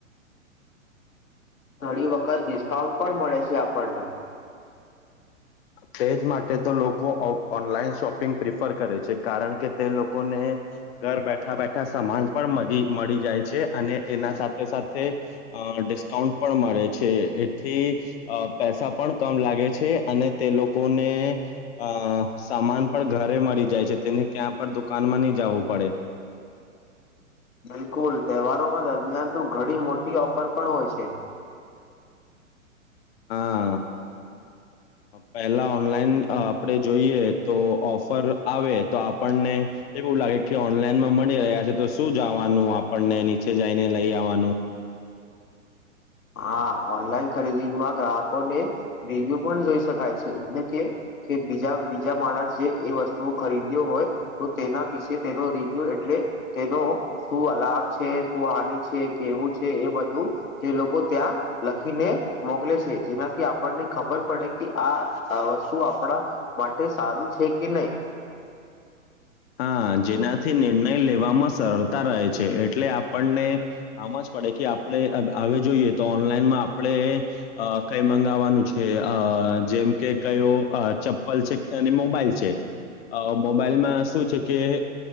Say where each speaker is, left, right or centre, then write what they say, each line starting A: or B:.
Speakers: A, on the left (about 90°); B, on the left (about 50°).
A: થોડી વખત ડિસ્કાઉન્ટ પણ મળે છે આપણને
B: તે જ માટે તો લોકો ઓ ઓનલાઈન શોપિંગ પ્રિફર કરે છે કારણ કે તે લોકોને ઘર બેઠા બેઠા સમાન પણ મળી મળી જાય છે અને એના સાથે સાથે અ ડિસ્કાઉન્ટ પણ મળે છે એથી અહહ પૈસા પણ કમ લાગે છે અને તે લોકોને અહહ સામાન પણ ઘરે મળી જાય છે તેને ક્યાં પણ દુકાનમાં ની જવું પડે
A: <inaudible> બિલકુલ તહેવારોમાં દરમિયાન તો ઘણી મોટી ઓફર પણ હોય છે. <inaudible>
B: હા
A: <inaudible>
B: પહેલા ઓનલાઈન આપણેે જોઈએ તો ઓફર આવે તો આપણને એવું લાગે કે ઓનલાઈનમાં મળી રહ્યા છે તો શું જવાનું આપણને નીચે જઈને લઈ આવવાનું
A: <inaudible> હા ઓનલાઈન ખરીદીમાં ગ્રાહકોને રિવ્યુ પણ જોઈ શકાય છે એટલે કે કે બીજા બીજા માણસ જે એ વસ્તુઓ ખરીદ્યો હોય તો તેના પીસે તેનો રિવ્યુ એટ તેનો શું લાભ છે શું હાનિ છે કેવું છે એ બધું તે લોકો ત્યાં લખીને મોકલે છે જેનાથી આપણને ખબર પડે કે આ વસ્તુ આપ માટે સારું છે કે નહી
B: હા જેનાથી નિર્ણય લેવામાં સરળતા રહે છે એટલે આપણને આમજ પડે કે આપણે હ હવે જોઈએ તો ઓનલાઈનમાં આપણે અહહ કઈ મંગાવવાનું છે અહહ અહહ જેમ કે કયો ચપ્પલ છે અને મોબાઈલ છે અહહ મોબાઈલ માં શું કે